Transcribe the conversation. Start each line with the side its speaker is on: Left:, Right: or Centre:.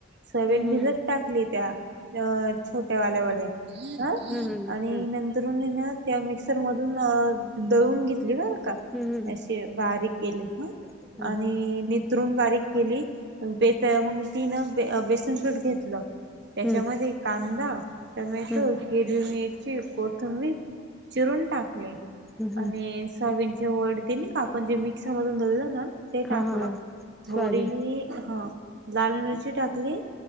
Right: सर्वन
Centre: हम्म
Right: भिजत टाकली त्या अ छोट्या वाल्या वड्या अ
Centre: हम्म
Right: आणि
Centre: हम्म
Right: नंतरून ना त्या मिक्सर मधून अ दळून घेतली बर का
Centre: हम्म
Right: अशी बारीक केली ह
Centre: हम्म
Right: आणि
Centre: हम्म
Right: निित्रून बारीक केली. ब मग तिन बेसन पीठ घेतलं. त्याच्यामध्ये
Centre: हम्म हम्म
Right: कांदा टमॅटो
Centre: हम्म
Right: हिरवी मठ कोथंबीर चिरून टाकले
Centre: हम्म हम्म
Right: आणि सावींचे वडतीिने काकले पण जे मिक्सर मधून धरलं ना ते
Centre: हा
Right: टाकलं
Centre: हा हा
Right: थोडी
Centre: सोयाबीन
Right: हा लाल मिरची टाकली